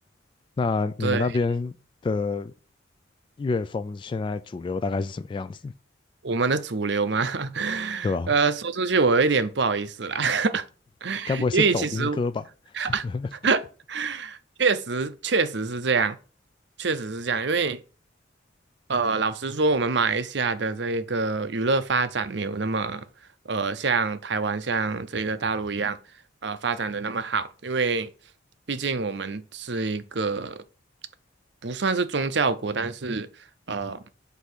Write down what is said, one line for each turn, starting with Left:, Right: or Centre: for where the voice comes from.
Left: 那你们那边的
Right: 对
Left: 乐风现在主流大概是什么样子，
Right: 我们的主流嘛，<laughs>
Left: 对吧？
Right: 呃，说出去我有一点不好意思啦，<laughs>
Left: 该不会是抖音歌吧？
Right: 因为其实 <laughs>
Left: <laughs>
Right: 确实确实是这样，确实是这样，因为。呃，老实说，我们马来西亚的这个娱乐发展没有那么，呃，像台湾、像这个大陆一样，呃，发展的那么好，因为毕竟我们是一个不算是宗教国，但是呃，